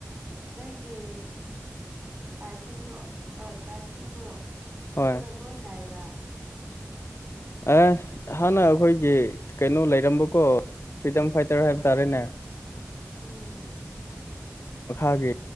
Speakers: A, on the right; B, on the left.
A: ꯅꯣꯏꯒꯤ ꯇ꯭ꯔꯥꯏꯕꯁꯤꯡꯁꯨ ꯇ꯭ꯔꯥꯏꯞꯁꯤꯡꯗꯣ ꯑꯗꯨꯗ
B: ꯍꯣꯏ
A: ꯂꯣꯏ ꯂꯥꯏꯕ꯭ꯔꯥ
B: ꯑꯦ ꯍꯥꯟꯅ ꯑꯩꯈꯣꯏꯒꯤ ꯀꯩꯅꯣ ꯂꯩꯔꯝꯕꯀꯣ ꯐ꯭ꯔꯤꯗꯝ ꯐꯥꯏꯇꯔ ꯍꯥꯏꯕ ꯇꯥꯔꯦꯅꯦ
A: ꯎꯝ
B: ꯥꯒꯤ